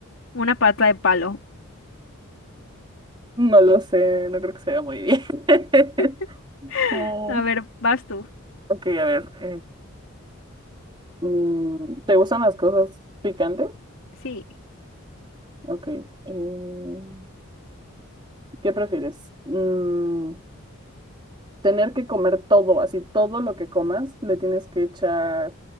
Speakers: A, on the left; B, on the right.
A: una pata de palo.
B: No lo sé, no creo que sea muy bien. <laughs>
A: <laughs>
B: Mm,
A: A ver, vas tú.
B: Ok, a ver. Mm, ¿te gustan las cosas picantes?
A: Sí,
B: Ok. mm, ¿qué prefieres? Mm, tener que comer todo, así todo lo que comas, le tienes que echar